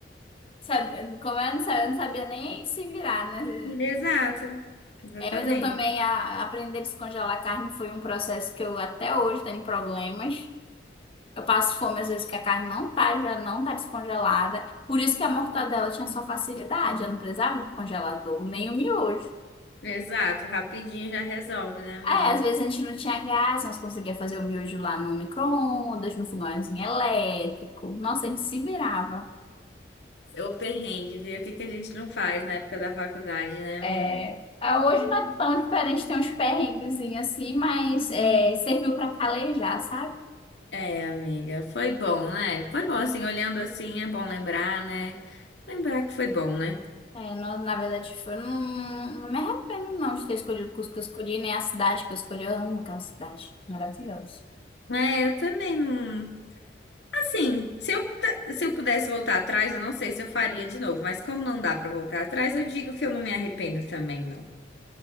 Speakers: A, on the left; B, on the left.
A: sabe, como eu não sabia, eu não sabia nem se virar, né?
B: Exato, exatamente.
A: É, mas eu também a, aprender a descongelar a carne foi um processo que eu até hoje tenho problemas. Eu passo fome às vezes que a carne não tá, já não tá descongelada. Por isso que a mortadela tinha sua facilidade, ela não precisava do congelador, nem o miojo.
B: Exato, rapidinho já resolve, né, amiga?
A: É, às vezes a gente não tinha gás, nós conseguia fazer o miojo lá no micro-ondas, no fogãozinho elétrico. Nossa, a gente se virava.
B: É O perrengue, viu? O que que a gente não faz na época da faculdade, né, amiga?
A: É, ah, hoje não é tão diferente, tem uns perrenguezinhos assim, mas é, serviu para calejar, sabe?
B: É, amiga, foi bom, né? Foi bom, assim, olhando assim, é bom lembrar, né? Lembrar que foi bom, né?
A: É, na, na verdade, foi, não, não me arrependo não de ter escolhido o curso que eu escolhi, nem a cidade que eu escolhi. Eu amo aquela cidade. Maravilhosa.
B: É, eu também não. Assim, se eu, se eu pudesse voltar atrás, eu não sei se eu faria de novo, mas como não dá pra voltar atrás, eu digo que eu não me arrependo também, não.